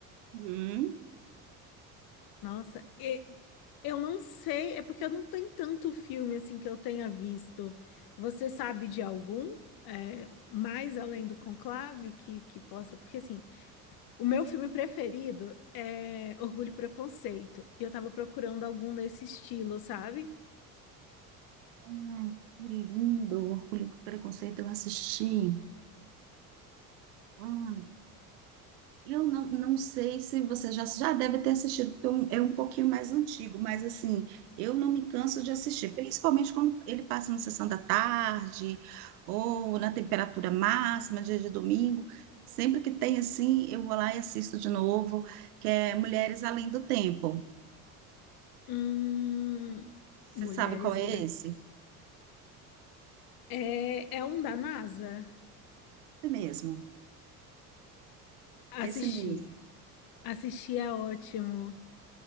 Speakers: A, on the right (about 80°); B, on the left (about 50°).
A: Uhum.
B: Nossa, e- eu não sei, é porque eu não tenho tanto filme assim que eu tenha visto. Você sabe de algum, é, mais além do Conclave que, que possa? Porque assim, o meu filme preferido é Orgulho e Preconceito. E eu tava procurando algum nesse estilo, sabe?
A: Ai, que lindo. Orgulho e Preconceito, eu assisti. Ai, eu não, não sei se você já, já deve ter assistido, porque é um, é um pouquinho mais antigo, mas assim, eu não me canso de assistir, principalmente quando ele passa na sessão da tarde ou na temperatura máxima, dia de domingo. Sempre que tem assim, eu vou lá e assisto de novo, que é Mulheres Além do Tempo.
B: Hum,
A: Você
B: Mulheres
A: sabe qual é
B: Além.
A: esse?
B: É, é um da NASA?
A: Esse mesmo,
B: Assisti.
A: esse mesmo.
B: Assisti é ótimo.